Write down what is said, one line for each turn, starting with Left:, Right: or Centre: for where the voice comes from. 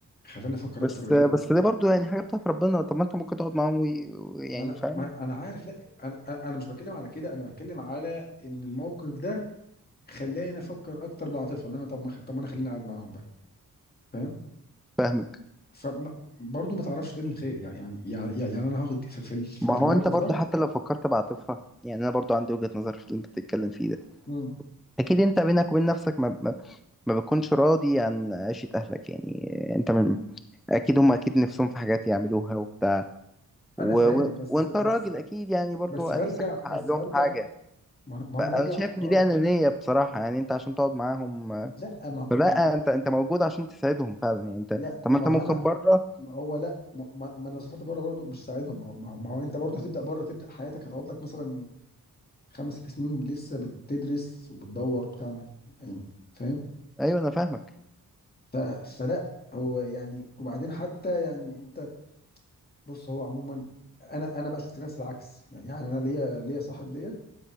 Left: خلاني افكر
Centre: بس
Left: اكتر ايه
Centre: بس
Left: لا
Centre: ده برضو يعني حاجه بتاعت ربنا طب ما انت ممكن تقعد معاهم وي- ويعني
Left: ما انا
Centre: فاهم
Left: ما انا عارف لا انا انا مش بتكلم على كده انا بتكلم على ان الموقف ده خلاني افكر اكتر بالعاطفه اللي انا طب ما خ- طب ما انا خليني قاعد معاهم بقى فاهم
Centre: فاهمك
Left: فبرضه ما تعرفش فين الخير يعني يعني يعني, يعني انا هاخد في في في
Centre: ما
Left: في
Centre: هو
Left: الموقف
Centre: انت برضو
Left: ده
Centre: حتى لو فكرت بعاطفها يعني انا برضو عندي وجهه نظر في اللي انت بتتكلم فيه ده
Left: امم
Centre: اكيد انت بينك وبين نفسك ما, ما, ما بتكونش راضي عن عيشه اهلك يعني انت من اكيد هم اكيد نفسهم في حاجات يعملوها وبتاع و...
Left: انا فاهم
Centre: و...
Left: بس
Centre: وانت
Left: بس
Centre: راجل اكيد يعني برضو
Left: بس
Centre: نفسك
Left: برجع
Centre: تحقق
Left: بس
Centre: لهم
Left: برجع
Centre: حاجه
Left: ما ما
Centre: فانا
Left: انا برجع
Centre: شايف
Left: اختار
Centre: ان دي انانيه بصراحه يعني انت عشان تقعد معاهم آه،
Left: لا ما
Centre: فلا
Left: ما-
Centre: انت انت موجود عشان تساعدهم فعلا يعني انت
Left: لا
Centre: طب
Left: ما
Centre: ما انت ممكن
Left: انا
Centre: بره
Left: ما هو لا ما, ما, ما انا سافرت بره برضه مش ساعدهم ما, ما ما هو انت برضه هتبدا بره تبدا حياتك هتقعد لك مثلا خمس ست سنين لسه بتدرس وبتدور وبتعمل يعني فاهم
Centre: ايوه انا فاهمك
Left: ف- فلا هو يعني وبعدين حتى يعني انت بص هو عموما انا انا بقى شفت ناس العكس يعني يعني انا ليا ليا صاحب ليا